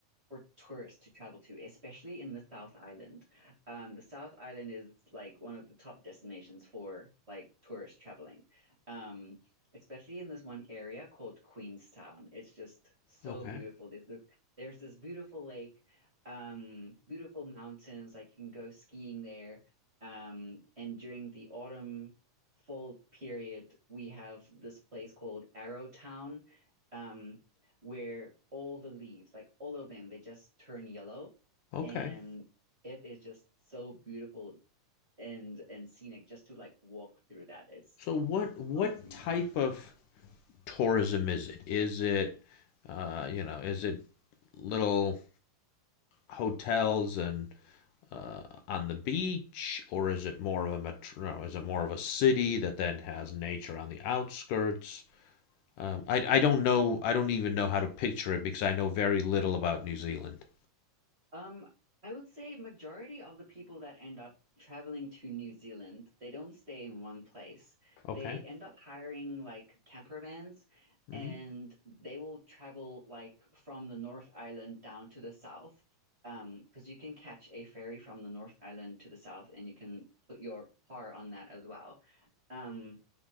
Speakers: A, on the right; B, on the left.
A: for tourists to travel to, especially in the South Island. Um, the South Island is like one of the top destinations for like tourist traveling. Um, especially in this one area called Queenstown. It's just so
B: okay,
A: beautiful. There's this, there's this beautiful lake, um, beautiful mountains, like you can go skiing there. Um, and during the autumn fall period, we have this place called Arrowtown. Um, where all the leaves, like all of them, they just turn yellow,
B: okay.
A: and it is just so beautiful and and scenic just to like walk through that is
B: So what what
A: honestly
B: type of tourism is it? Is it uh, you know is it little hotels and uh, on the beach, or is it more of a metro? No, is it more of a city that then has nature on the outskirts? Um, I I don't know. I don't even know how to picture it because I know very little about New Zealand.
A: Um, I would say majority of the people that end up traveling to New Zealand, they don't stay in one place.
B: Okay.
A: They end up hiring like camper vans
B: hmm
A: and they will travel like from the North Island down to the south. Um, because you can catch a ferry from the North Island to the south and you can put your car on that as well. Um,